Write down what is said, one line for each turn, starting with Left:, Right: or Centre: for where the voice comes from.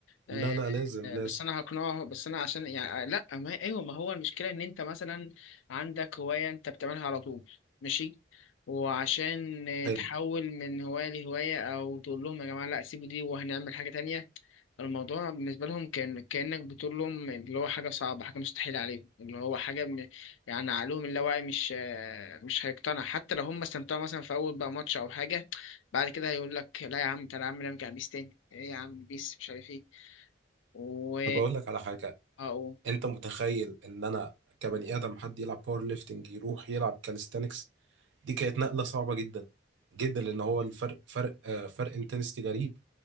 Left: آه،
Right: لا لا لازم
Left: آه،
Right: لازم
Left: بس انا هقنعه بس انا عشان يعني آه، لا ما ايوه ما هو المشكله ان انت مثلا عندك هوايه انت بتعملها على طول ماشي وعشان آه،
Right: حلو
Left: تحول من هوايه لهوايه او تقول لهم يا جماعه لا سيبوا دي وهنعمل حاجه تانية الموضوع بالنسبة لهم كان كأنك بتقول لهم اللي هو حاجة صعبة حاجة مستحيلة عليهم اللي هو حاجة م... يعني عقلهم اللاواعي مش آه، مش هيقتنع حتى لو هم استمتعوا مثلا في أول بقى ماتش أو حاجة بعد كده هيقول لك لا يا عم تعالى يا عم نرجع بيس تاني إيه يا عم بيس مش عارف إيه و
Right: طب اقول لك على حاجه
Left: أه
Right: انت متخيل ان انا كبني ادم حد يلعب باور ليفتنج يروح يلعب كاليستانكس دي كانت نقله صعبه جدا جدا لان هو الفرق فرق آه، فرق انتنستي غريب